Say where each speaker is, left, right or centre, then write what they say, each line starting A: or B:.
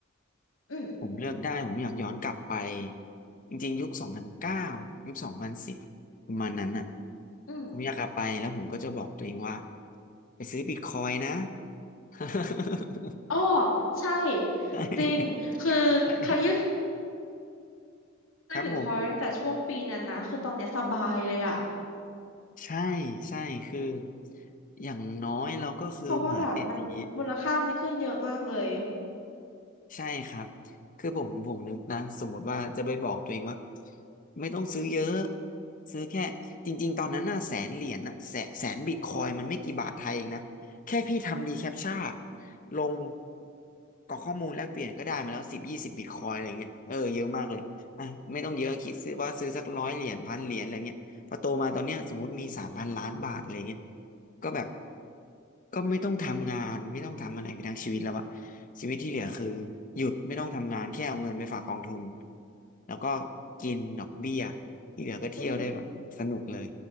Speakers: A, on the left; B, on the left.
A: อืม
B: ผมเลือกได้ผมอยากย้อนกลับไปจริงๆยุคสองพันเก้ายุคสองพันสิบประมาณนั้นอ่ะ
A: อืม
B: ผมอยากกลับไปแล้วผมก็จะบอกตัวเองว่าไปซื้อบิตคอยน์นะ <laughs>
A: อ๋อใช่
B: ใช่
A: จริงคือเคย
B: ใช่
A: ซื้อบิตคอยน์ตั้งแต่ช่วงปีนั้นนะคือตอนเนี้ยสบายเลยอะ
B: ครับผมใช่ใช่คืออย่างน้อยเราก็คือมหาเศรษฐี
A: เพราะว่าแบบมันมูลค่ามันขึ้นเยอะมากเลย
B: ใช่ครับคือผมผมนึกนะสมมติว่าจะไปบอกตัวเองว่าไม่ต้องซื้อเยอะซื้อแค่จริงๆตอนนั้นน่ะแสนเหรียญน่ะแสนแสนบิตคอยมันไม่กี่บาทไทยเองนะแค่พี่ทำดีแคปชั่นลงกรอกข้อมูลแลกเปลี่ยนก็ได้มาแล้วสิบยี่สิบบิตคอยอะไรเงี้ยเออเยอะมากเลยอ่ะไม่ต้องเยอะคิดซื้อว่าซื้อสักร้อยเหรียญพันเหรียญอะไรเงี้ยพอโตมาตอนเนี้ยสมมติมีสามพันล้านบาทอะไรเงี้ย ก็แบบก็ไม่ต้องทำงานไม่ต้องทำอะไรไปทั้งชีวิตแล้วอะชีวิตที่เหลือคือหยุดไม่ต้องทำงานแค่เอาเงินไปฝากกองทุนแล้วก็กินดอกเบี้ยที่เหลือก็เที่ยวได้แบบสนุกเลย
A: อืม